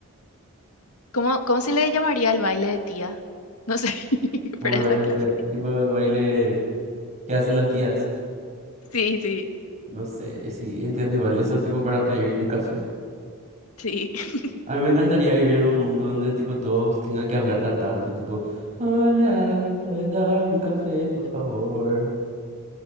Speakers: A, on the left (about 80°); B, on the right (about 30°).
A: ¿Cómo, cómo se le llamaría el baile de tía? No sé, <laughs>
B: Como
A: para
B: el
A: esa
B: baile,
A: clase.
B: de tía- tipo el baile que hacen las tías.
A: Sí, sí,
B: No sé, eh, sí, entiendo igual. Eso tipo para pedir un café.
A: sí. <laughs>
B: A mí me encantaría vivir en un mundo donde tipo todos tengan que hablar cantando, tipo, hola, ¿me puedes dar un café, por favor?